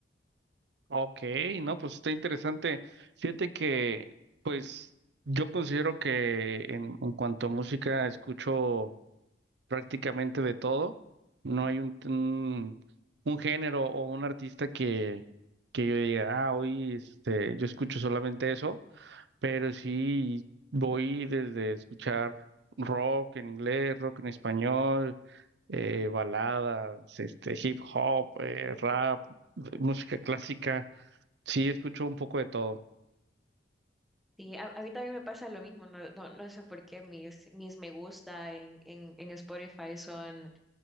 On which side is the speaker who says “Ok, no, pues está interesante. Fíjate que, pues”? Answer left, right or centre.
Right